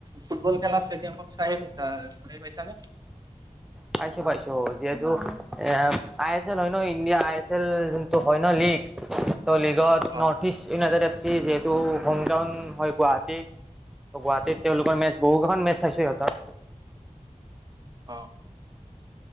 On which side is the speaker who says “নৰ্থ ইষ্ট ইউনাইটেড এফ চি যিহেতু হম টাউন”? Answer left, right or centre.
Centre